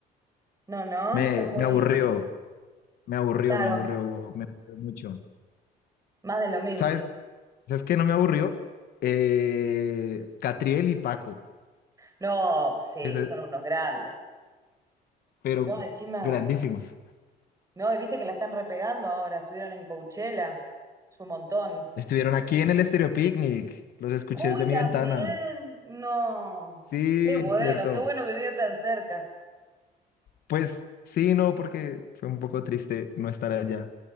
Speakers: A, on the right; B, on the left.
A: No, no,
B: Me,
A: ya muy,
B: me aburrió, me aburrió,
A: claro,
B: me aburrió, me aburrió mucho.
A: más de lo mismo.
B: ¿Sabes? ¿Sabes qué no me aburrió? Eh, Catriel y Paco,
A: No, sí,
B: ese-
A: son unos grandes.
B: pero
A: No, encima.
B: grandísimos.
A: No, y viste que la están repegando ahora, estuvieron en Coachella, es un montón.
B: Estuvieron aquí en el Estéreo Picnic, los escuché
A: Uy,
B: desde
A: también,
B: mi ventana.
A: no.
B: Sí,
A: Qué bueno,
B: es cierto.
A: qué bueno vivir tan cerca.
B: Pues sí, no, porque fue un poco triste no estar allá.